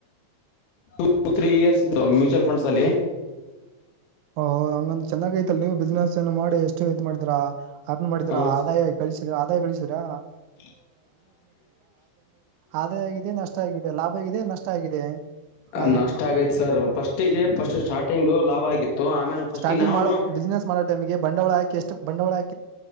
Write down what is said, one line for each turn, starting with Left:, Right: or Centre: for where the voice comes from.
Left: ಟು ತ್ರೀ ಇಯರ್ಸ್ ಇ ಮ್ಯೂಚುವಲ್ ಫಂಡ್ಸ್ ಅಲ್ಲಿ.
Right: ಒ ಹಂಗಂದ್ ಚೆನ್ನಾಗೈತಿ. ತ್ತಲಿ ನೀವು ಬಿಸ್ನೆಸ್ ಏನ ಮಾಡಿ. ಏಕೆ ಇದು ಮಾಡಿದ್ರ ಅರ್ನ್ ಮಾಡಿದ್ರ
Left: ಹಾ
Right: ಆದಾಯ ಕಳಿಸ್ರ ಆದಾಯ ಗಳಿಸಿರಾ.
Left: <inaudible>
Right: ಆದಾಯ ಆಗಿದೆ ನಷ್ಟ ಆಗಿದೆ ಲಾಭ ಆಗಿದೆ ನಷ್ಟ ಆಗಿದೆ
Left: ಹ
Right: ಆ
Left: ನಷ್ಟ ಆಗೈತ್ ಸರ್ ಫಸ್ಟಿಗೆ ಫಸ್ಟ್ ಸ್ಟಾರ್ಟಿಂಗು ಲಾಭ ಆಗಿತ್ತು. ಆಮೇಲೆ ಫಸ್ಟಿಗೆ
Right: ಸ್ಟಾರ್ಟಿಂಗ್
Left: ನಾವು
Right: ಮಾಡೋ ಬಿಸ್ನೆಸ್ ಮಾಡೋ ಟೈಮ್ಗೆ. ಬಂಡವಾಳ ಹಾಕಿ ಎಷ್ಟು ಬಂಡವಾಳ ಆ